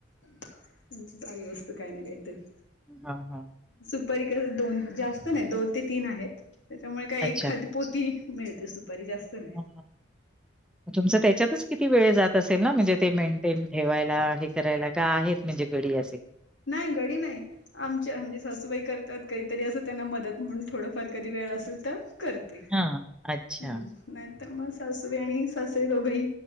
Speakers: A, on the left (about 75°); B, in the centre.
A: म्हणजे चालू असत काही नाही काहीतरी.
B: हा ह.
A: सुपारी दोन जास्त नाही दोन ते तीन आहेत त्याच्यामुळे काय
B: अच्छा.
A: एक खत. पोती मिळते सुपारी जास्त मिळ.
B: ह. तुमचं त्याच्यातच किती वेळ जात असेल ना म्हणजे ते मेंटेन ठेवायला हे करायला का आहेत. म्हणी पिढीे.
A: नाही घडी नाही. आमच्या म्हणजे सासूबाई करतात काहीतरी असं त्यांना मदत म्हणून थोडंफार कधी वेळ असेल तर. करते
B: हां, अच्छा.
A: हम्म. नाही तर मग सासूवी आणि सासई दोघंही